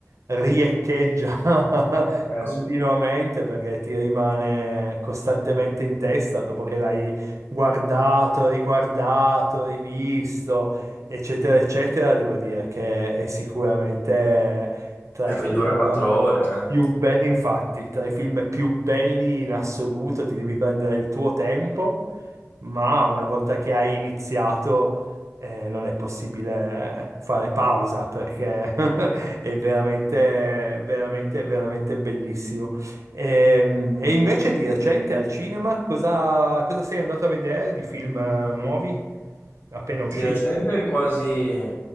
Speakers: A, on the right (about 80°); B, on the left (about 45°).
A: riecheggia <laughs>
B: Eh
A: continuamente
B: sì.
A: perché ti rimane costantemente in testa dopo che l'hai guardato, riguardato, rivisto, eccetera, eccetera. Devo dire che è sicuramente tra
B: E
A: i
B: poi
A: film.
B: dura quattro ore. eh.
A: Più be- infatti, tra i film più belli in assoluto, ti devi prendere il tuo tempo, ma una volta che hai iniziato, eh, non è possibile fare pausa perché <laughs> è veramente, veramente, veramente bellissimo. Ehm, E, invece di recente al cinema, cosa, cosa sei andato a vedere di film eh, nuovi appena usciti?
B: Di recente quasi,